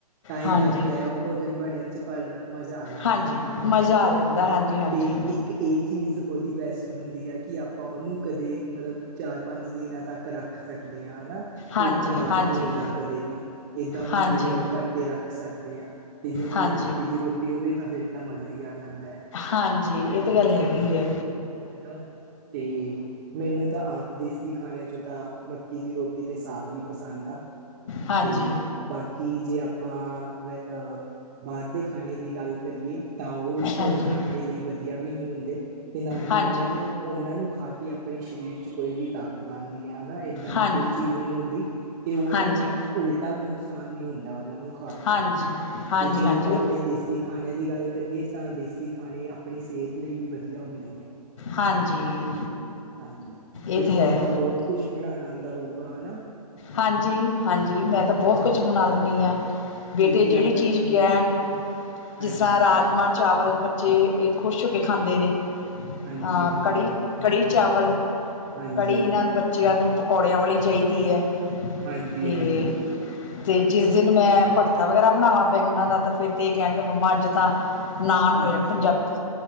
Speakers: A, on the right; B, on the left.
A: ਟਾਈਮ
B: ਹਾਂਜੀ,
A: ਲੱਗਦਾ ਐ ਉਹ ਭੋਜਨ ਬਣਨ ਚ ਪਰ ਮਜ਼ਾ ਆ ਜਾਂਦਾ
B: ਹਾਂਜੀ
A: ਐ ਖਾ ਕੇ
B: ਮਜ਼ਾ
A: ਹਨਾ। ਹ
B: ਆ ਜਾਂਦਾ ਹਾਂਜੀ-ਹਾਂਜੀ,
A: <inaudible> ਇੱਕ ਇਹ ਚੀਜ਼ ਉਹਦੀ ਬੈਸਟ ਹੁੰਦੀ ਆ ਕਿ ਆਪਾਂ ਉਹਨੂੰ ਕਦੇ ਮਤਲਬ ਚਾਰ ਪੰਜ ਦਿਨਾਂ ਤੱਕ ਰੱਖ ਸਕਦੇ ਹਾਂ ਹਨਾ,
B: ਹਾਂਜੀ-ਹਾਂਜੀ,
A: ਉਹ ਖ਼ਰਾਬ ਨਹੀਂ ਹੁੰਦਾ
B: ਹਾਂਜੀ,
A: ਕਦੇ ਵੀ। ਏਦਾਂ ਉਹਨੂੰ
B: ਹਾਂਜੀ,
A: ਪ੍ਰਜ਼ਰਵ ਕਰਕੇ ਰੱਖ ਸਕਦੇ ਆ। ਤੇ ਏਦੇ ਨਾਲ
B: ਹਾਂਜੀ
A: ਮੱਕੀ
B: ਹਾਂਜੀ
A: ਦੀ ਰੋਟੀ ਹੋਵੇ ਤਾਂ ਫਿਰ ਤਾਂ ਮਜ਼ਾ ਹੀ ਆ ਜਾਂਦਾ ਐ।
B: ਹਾਂਜੀ ਇਹ ਤਾਂ ਗੱਲ ਹੈਗੀ ਐ।
A: ਹਨਾ, ਤੇ ਮੈਨੂੰ ਤਾਂ ਆਪ ਦੇਸੀ ਖਾਣੇਆਂ ਚੋਂ ਤਾਂ ਮੱਕੀ ਦੀ ਰੋਟੀ ਤੇ ਸਾਗ ਹੀ ਪਸੰਦ ਆ,
B: ਹਾਂਜੀ,
A: ਤੇ ਬਾਕੀ ਜੇ ਆਪਾਂ ਵ ਅ ਬਾਹਰ ਦੇ ਖਾਣੇ ਦੀ ਗੱਲ ਕਰੀਏ ਤਾਂ ਉਹ ਭੋਜਨ
B: ਹਾਂਜੀ,
A: ਆਪਣੇ ਲਈ ਵਧੀਆ ਵੀ ਨਹੀਂ ਹੁੰਦੇ, ਤੇ ਨਾ ਹੀ
B: ਹਾਂਜੀ,
A: ਉਹਨਾਂ ਨੂੰ ਉਹਨਾਂ ਨੂੰ ਖਾ ਕੇ ਆਪਣੇ ਸਰੀਰ ਚ ਕੋਈ ਵੀ ਤਾਕਤ ਆਂਦੀ ਏ ਹਨਾ। ਏਦਾਂ ਦੀ
B: ਹਾਂਜੀ।
A: ਕੋਈ ਚੀਜ਼ ਨਹੀਂ ਹੁੰਦੀ ਤੇ ਉਹ
B: ਹਾਂਜੀ
A: ਤਾਂ ਉਲਟਾ ਨੁਕਸਾਨ ਹੀ ਹੁੰਦਾ ਉਹਨਾ ਨੂੰ।
B: ਹਾਂਜੀ। ਹਾਂਜੀ
A: ਕਿ ਜੇ
B: ਹਾਂਜੀ
A: ਆਪਾਂ ਆਪਣੇ ਦੇ ਦੇਸੀ ਖਾਣੇਆਂ ਦੀ ਗੱਲ ਕਰੀਏ ਤਾਂ ਦੇਸੀ ਖਾਣੇ ਆਪਣੀ ਸਿਹਤ ਲਈ ਵੀ ਵਧੀਆ ਹੁੰਦੇ ਨੇ।
B: ਹਾਂਜੀ।
A: ਹਾਂਜੀ
B: ਇਹ
A: ਤੇ ਥੋਨੂੰ
B: ਹੈ
A: ਤਾਂ ਬਹੁਤ ਕੁਛ ਬਣਾਣਾ ਆਂਦਾ ਹੋਊਗਾ ਹਨਾ?
B: ਹਾਂਜੀ ਹਾਂਜੀ ਮੈਂ ਤਾਂ ਬਹੁਤ
A: ਹਾਂਜੀ
B: ਕੁਛ ਬਣਾ ਲੈਂਦੀ ਆ। ਬੇਟੇ
A: ਕੀ ਕੀ ਆਉਂਦਾ
B: ਜਿਹੜੀ ਚੀਜ਼
A: ਤੁਹਾਨੂੰ
B: ਕਹਿਣ,
A: ਬਣਾਉਣਾ
B: ਜਿਸ
A: ਹਾਂਜੀ
B: ਤਰ੍ਹਾਂ ਰਾਜਮਾਂਹ, ਚਾਵਲ। ਜੇ ਇਹ ਖੁਸ਼ ਹੋ ਕੇ ਖਾਂਦੇ ਨੇ,
A: ਹਾਂਜੀ
B: ਹਾਂ
A: ਹਾਂਜੀ
B: ਕੜੀ ਕੜੀ ਚਾਵਲ।
A: ਹਾਂਜੀ
B: ਕੜੀ ਇਹਨਾਂ ਨੂੰ ਬੱਚਿਆਂ ਨੂੰ ਪਕੌੜਿਆਂ ਵਾਲੀ ਚਾਈਦੀ ਐ।
A: ਹਾਂਜੀ
B: ਤੇ
A: ਹਾਂਜੀ
B: ਤੇ ਜਿਸ ਦਿਨ ਮੈਂ ਭੜਥਾ ਵਗੈਰਾ ਬਣਾਵਾ ਬੈਂਗਣਾਂ ਦਾ, ਤਾਂ ਫਿਰ ਤੇ ਇਹ ਕਹਿਣਗੇ ਮੰਮਾ ਅੱਜ ਤਾਂ ਆਪਾਂ
A: ਹਾਂਜੀ
B: ਹੋਏ ਨਾ ਪੰਜਾਬੀ।